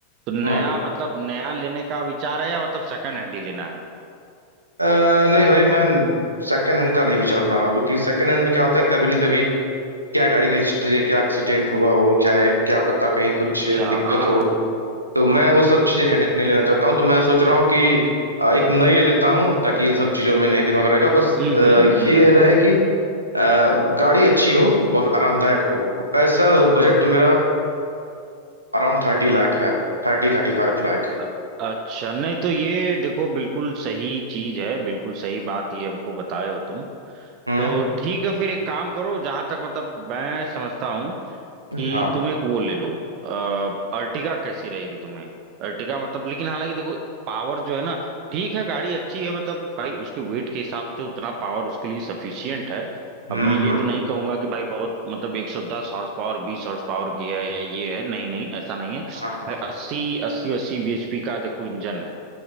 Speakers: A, on the right; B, on the right.
A: तो नया
B: हम्म
A: मतलब नया लेने का विचार है या मतलब सेकंड हैंड ही लेना है
B: अ, नहीं भाई मैं सेकंड हैंड का नहीं विचार बना रहा हूँ क्योंकि सेकंड हैंड में क्या होता है कभी ना कभी क्या गाड़ी का हिस्ट्री है क्या एक्सीडेंट हुआ हो क्या है क्या पता कहीं
A: अच्छा
B: कुछ दिक्कत
A: हाँ
B: हो
A: हाँ
B: तो मैं वो सब चीजें हेडेक नहीं लेना चाहता हूँ तो मैं सोच रहा हूँ कि अ, एक नई ले लेता हूँ ताकि इन सब चीजों में नहीं दिमाग रहेगा बस
A: हम्म
B: अ,
A: हम्म हम्म
B: ये रहे
A: हम्म।
B: कि अ, गाड़ी अच्छी हो बहुत आरामदायक हो और पैसा वो बजट तो मेरा अराउंड थर्टी लाख है Thirty thirty five lakh
A: अ- अच्छा नहीं तो ये देखो बिल्कुल सही चीज है बिल्कुल सही बात ये हमको बताए हो तुम
B: हम्म
A: तो ठीक है फिर एक काम करो जहां तक मतलब मैं समझता हूँ कि
B: हाँ
A: तुम एक वो ले लो अ, अर्टिगा कैसी रहेगी तुम्हें अर्टिगा मतलब लेकिन हालांकि देखो पावर जो है ना ठीक है गाड़ी अच्छी है मतलब भाई उसके वेट के हिसाब से उतना पावर उसके लिए सफिशियंट है
B: हम्म
A: अब मैं ये
B: हम्म
A: तो नहीं कहूंगा कि भाई बहुत मतलब 110 हॉर्स पावर 20 हॉर्स पावर की है या ये है नहीं नहीं ऐसा नहीं है भाई
B: हाँ हाँ
A: 80 अस्सी अस्सी bhp का देखो इंजन है